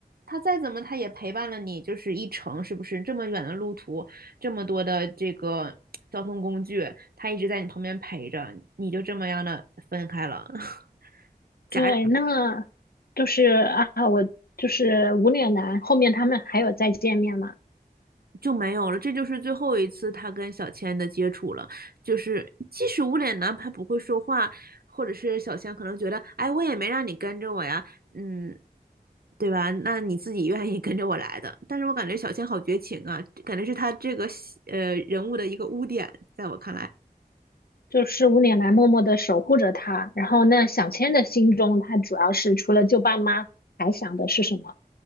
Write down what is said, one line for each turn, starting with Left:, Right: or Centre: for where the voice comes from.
Right: 他再怎么他也陪伴了你，就是一程，是不是？这么远的路途，这么多的这个交通工具，他一直在你旁边陪着，你就这么样的分开了，<laughs> 戛
Left: 对，那就是啊，我就是无脸男，后面他们还有再见面嘛？
Right: 就没有了，这就是最后一次他跟小千的接触了。就是即使无脸男他不会说话，或者是小千可能觉得，哎，我也没让你跟着我呀，嗯，对吧？那你自己愿意跟着我来的。但是我感觉小千好绝情啊，感觉是他这个呃人物的一个污点，在我看来。
Left: 就是无脸男默默的守护着他，然后那小千的心中，他主要是除了救爸妈，还想的是什么？